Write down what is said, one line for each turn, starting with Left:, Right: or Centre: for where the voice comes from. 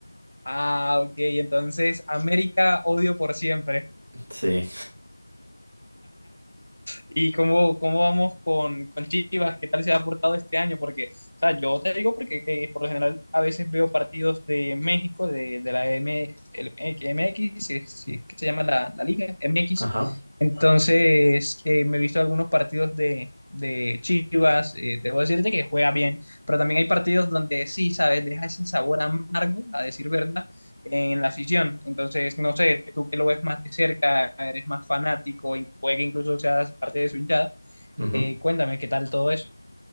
Left: Ah, ok, entonces América odio por siempre.
Right: Sí,
Left: ¿Y cómo, cómo vamos con, con Chivas? ¿Qué tal se ha aportado este año? Porque, o sea, yo te digo porque eh, por lo general a veces veo partidos de México, de, de la M, el MX, si si es que se llama la, la liga, M X
Right: ajá.
Left: Entonces, eh, me he visto algunos partidos de, de Chivas, eh, debo decirte que juega bien, pero también hay partidos donde sí, ¿sabes? Deja ese sabor amargo, a decir verdad en la afición. Entonces, no sé, tú que lo ves más de cerca, eres más fanático y puede que incluso seas parte de su hinchada,
Right: ujú.
Left: eh, cuéntame qué tal todo eso.